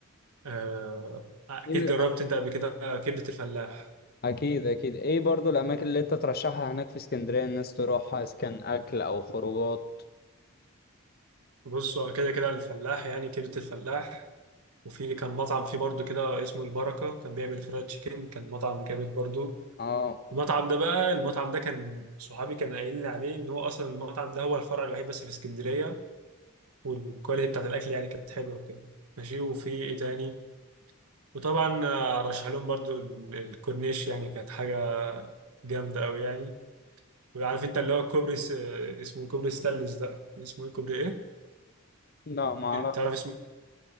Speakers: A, on the right; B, on the left.
A: آه اكيد
B: ايه ال-
A: جربت انت قبل كده كبده الفلاح
B: أكيد أكيد ايه برضو الأماكن اللي انت ترشحها هناك في اسكندرية الناس تروحها إذا كان أكل أو خروجات؟
A: بص هو كده كده الفلاح يعني كبده الفلاح وفي كان مطعم فيه برضو كده اسمه البركة كان بيعمل فرايد تشيكن كان مطعم جامد برضو
B: اه
A: المطعم ده بقى المطعم ده كان صحابي كان قايل لي عليه ان هو اصلا المطعم ده هو الفرع الوحيد بس في اسكندرية والكواليتي بتاعت الاكل يعني كانت حلوة وكده ماشي وفي ايه تاني وطبعا آه، رشح لهم برضو ال- الكورنيش يعني كانت حاجة جامدة قوي يعني وعارف انت اللي هو الكوبري س- آه، اسمه كوبري ستانلس ده اسمه ايه كوبري ايه
B: لا معرفش
A: تعرف اسمه